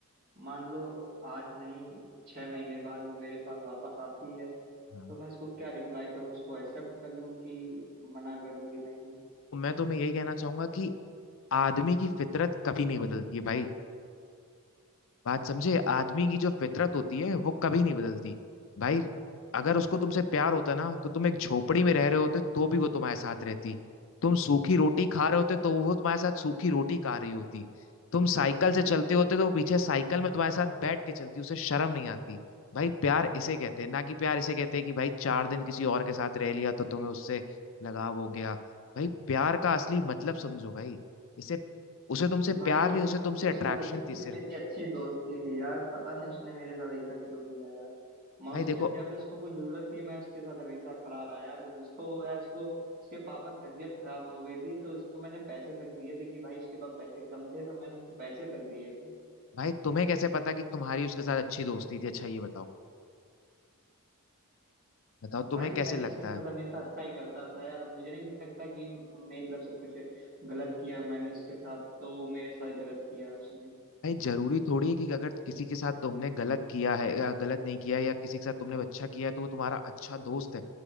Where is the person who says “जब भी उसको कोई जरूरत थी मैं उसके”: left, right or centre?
Right